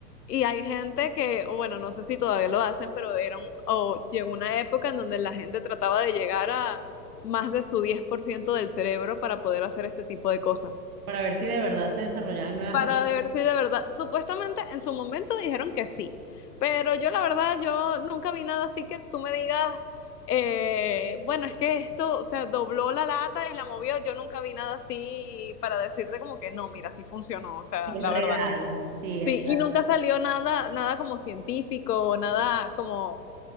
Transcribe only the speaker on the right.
Para ver si de verdad se desarrollaban nuevas
habilidades.
Sí,
es real,
sí, exacto.